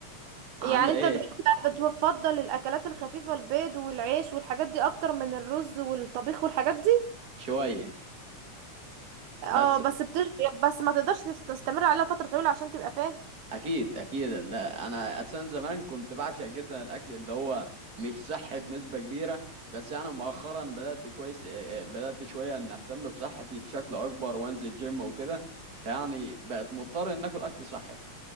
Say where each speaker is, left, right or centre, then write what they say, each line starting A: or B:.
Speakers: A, on the right; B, on the right.
A: يعني
B: عامله
A: انت
B: ايه
A: دلوقتي بقى بتفضل الاكلات الخفيفه البيض والعيش والحاجات دي اكتر من الرز والطبيخ والحاجات دي
B: شويه
A: اه
B: بس
A: بس بتشبع بس ما تقدرش تست- تستمر عليها فتره طويله عشان تبقى فاهم
B: اكيد اكيد لا انا اساسا زمان كنت بعشق جدا الاكل اللي هو مش صحي بنسبه كبيره بس انا مؤخرا بدات كويس آه، آه، بدات شويه ان اهتم بصحتي بشكل اكبر وانزل جيم وكده فيعني بقت مضطر ان اكل اكل صحي